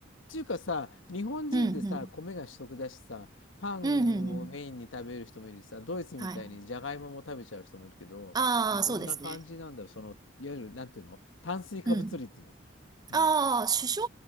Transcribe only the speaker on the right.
うん、うん、
うん、うん、うん。
はい。ああ、
そうですね。
うん。
ああ、主食